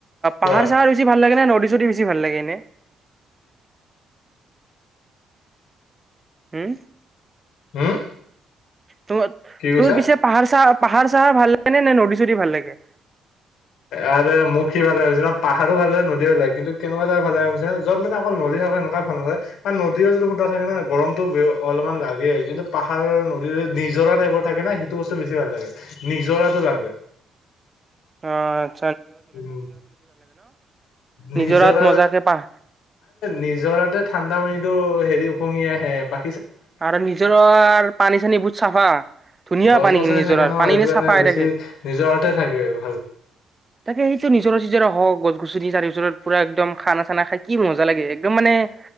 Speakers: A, on the right; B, on the left.
A: পাহাৰ
B: কোৱা
A: চাহাৰ বেছি ভাল লাগে ন নদী সদি। যদি বেছি ভাল লাগে নে? হম।
B: হম।
A: ত
B: কি কৈছা
A: তোৰ পিছে পাহাৰচ চাহাৰ- পাহাৰ চাহাৰ ভাল লাগে নে নে? নদী চদী ভাল লাগে?
B: আৰু মোক সি ভালে ভাবিছিলিা পাহাৰো ভাল লাগে নদীলাগ কিন্তু কেনেুৱা জাগ ভালে ভাবিা যত মানে অকল নদী থাকে সেনেকুৱা ভাল নালাগে বা নদীও যদি সুধা থাকে ন গৰমতটো অলপমান লাগে কিন্তু পাহাৰ নদী, নিজৰা টাইপৰ থাকে না সেইটো, সেইটো ব্স্ত বেছি ভাল লাগে নিজৰাটো লাগে,
A: অঁ।
B: উম! নিজৰ
A: নিজৰাত মজাকে পাহ
B: নিজৰাতে ঠাণ্ডা পানী, টো হেৰি উপঙী আহে বা,
A: আৰু নিজৰৰ পানী চানী বহুত চাফা ধুনীয়া
B: গছ
A: পানীখিনি
B: গছনি
A: নিজৰ
B: থাকে ন
A: পানীখিনি
B: সেইটো কাৰণে
A: চাফা হৈ
B: বেছি
A: থাকে।
B: নিজৰতে থাকে ভাল
A: তাকে সেইটো নিজৰ চিজৰ হওক গছ। গুচুৰি তাৰে ভিতৰত পুৰা একদম খানা চানা খাই কি মজা লাগে একদম মানে-